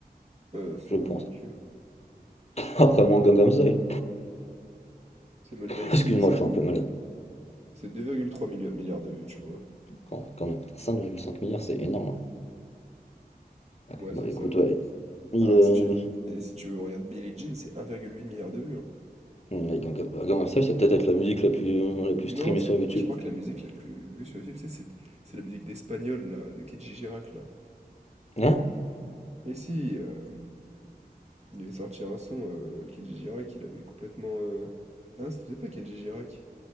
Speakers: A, on the right; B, on the left.
A: Euh, Someone
B: Je pense.
A: Like You.
B: <laughs> Après mon Gangnam Style.
A: Someone
B: <laughs>
A: Like
B: Excuse-moi,
A: You, c'est
B: je
A: euh,
B: suis un peu malade.
A: c'est 2,3 milli- milliards de vues, tu vois.
B: Quand quand même, putain, cinq virgule cinq milliards, c'est énorme. hein.
A: Ouais,
B: Bah
A: c'est
B: écoute,
A: ça.
B: ouais. Il,
A: Alors
B: a-
A: si
B: il,
A: tu, et si tu veux, regarder Billie Jean, c'est 1,8 milliard de vues. hein.
B: ouais, Gangnam, bah, Gangnam Style, ça va peut-être être la musique la plus, la plus
A: Non,
B: streamée
A: c'est,
B: sur YouTube.
A: je crois que la musique la plus vue sur YouTube, c'est c'est- c'est la musique d'Espagnol, là, de Kenji Girac, là.
B: Hein?
A: Et si, euh, il avait sorti un son, euh, Kenji Girac, il avait complètement... euh, Ah non, c'était peut-être pas Kenji Girac.